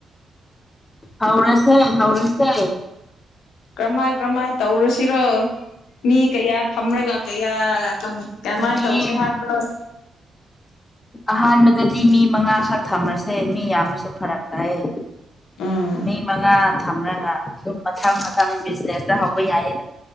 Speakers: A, on the left (about 25°); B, on the left (about 80°).
A: ꯍꯥꯎꯔꯁꯦ ꯍꯥꯎꯔꯁꯦ
B: ꯀꯔꯝꯃꯥꯏ ꯀꯔꯝꯍꯥꯏꯅ ꯇꯧꯔꯨꯁꯤꯔꯣ ꯃꯤ ꯀꯌꯥ ꯊꯝꯔꯒ ꯀꯌꯥ ꯀꯃꯥꯏꯅ
A: ꯃꯤ
B: ꯇꯧꯁꯦ ꯍꯥꯏꯕ꯭ꯔꯣ
A: ꯑꯍꯥꯟꯕꯗꯗꯤ ꯃꯤ ꯃꯉꯥꯈꯛ ꯊꯝꯃꯁꯦ ꯃꯤ ꯌꯥꯝꯅꯁꯨ ꯐꯔꯛ ꯇꯥꯏꯌꯦ
B: ꯎꯝ
A: ꯃꯤ ꯃꯉꯥ ꯊꯝꯂꯒ ꯑꯗꯨꯝ ꯃꯊꯪ ꯃꯊꯪ ꯕꯤꯖꯤꯅꯦꯁꯇ ꯍꯧꯕ ꯌꯥꯏꯌꯦ